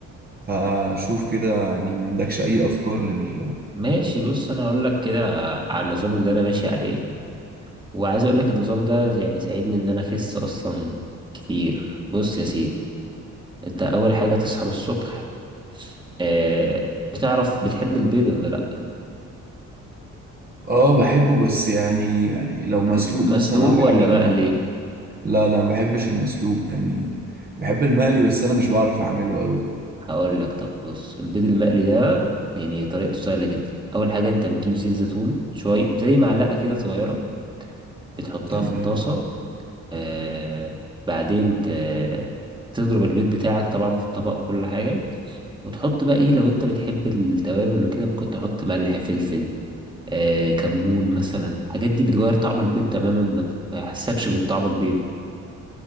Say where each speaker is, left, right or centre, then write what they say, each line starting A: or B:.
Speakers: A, on the right; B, on the right.
A: فشوف كده يعني ما عندكش اي افكار لل
B: ماشي بص انا هقول لك كده على النظام اللي انا ماشي عليه وعايز اقول لك النظام ده يعني ساعدني ان انا اخس اصلا كتير بص يا سيدي انت اول حاجه تصحى من الصبح آه بتعرف بتحب البيض ولا لا
A: اه بحبه بس يعني يعني لو
B: طب
A: مسلوق
B: مسلوق
A: مثلا او
B: ولا
A: حاجة
B: مقلي
A: ما... لا لا ما بحبش المسلوق يعني بحب المقلي بس انا مش بعرف اعمله قوي
B: هقول لك طب بص البيض المقلي ده يعني طريقته سهله جدا اول حاجه انت بتجيب زيت زيتون شويه زي معلقه كده صغيره بتحطها
A: تمام
B: في الطاسه آه بعدين ت... تضرب البيض بتاعك طبعا في الطبق كل حاجه وتحط بقى ايه لو انت بتحب التوابل وكده ممكن تحط ملح فلفل آه كمون مثلا الحاجات دي بتغير طعم البيض تماما ما ت- ما يحسكش بالطعم البيض